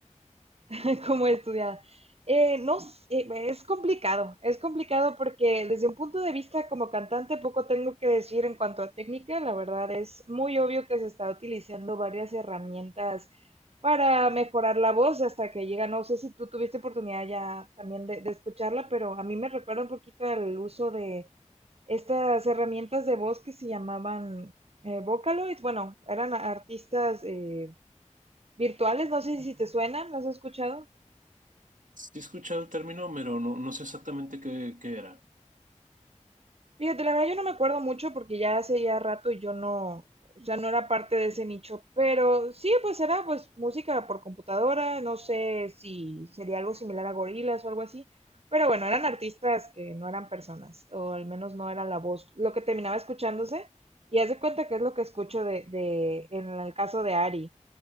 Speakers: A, on the right (about 50°); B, on the right (about 80°).
A: <laughs> ¿Cómo estudiada? Eh, no, s- eh, es complicado, es complicado porque desde un punto de vista como cantante poco tengo que decir en cuanto a técnica, la verdad es muy obvio que se está utilizando varias herramientas para mejorar la voz hasta que llega, no sé si tú tuviste oportunidad ya también de, de escucharla, pero a mí me recuerda un poquito el uso de estas herramientas de voz que se llamaban eh, Vocaloid, bueno, eran artistas... eh, virtuales, no sé si te suenan, ¿las has escuchado?
B: Sí he escuchado el término, pero no, no sé exactamente qué, qué era.
A: Fíjate, la verdad yo no me acuerdo mucho porque ya hace ya rato y yo no, o sea, no era parte de ese nicho, pero sí, pues era pues música por computadora, no sé si sería algo similar a gorilas o algo así, pero bueno, eran artistas que no eran personas, o al menos no era la voz, lo que terminaba escuchándose, y haz de cuenta que es lo que escucho de, de, en el caso de Ari.